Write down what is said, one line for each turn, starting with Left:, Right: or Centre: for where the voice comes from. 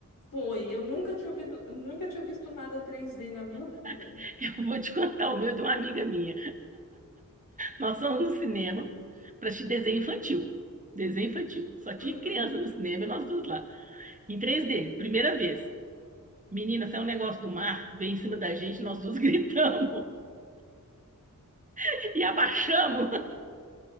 Left: Foi, eu nunca tinha visto, nunca tinha visto nada 3D na minha vida.
Right: <laughs> Eu vou te contar o meu de uma amiga minha. Nós fomos no cinema para assistir desenho infantil. Desenho infantil. Só tinha
Left: Uhum.
Right: criança no cinema e nós duas lá. Em 3D, primeira vez. Menina, saiu um negócio do mar, veio em cima da gente, nós duas gritamos <laughs> e abaixamos.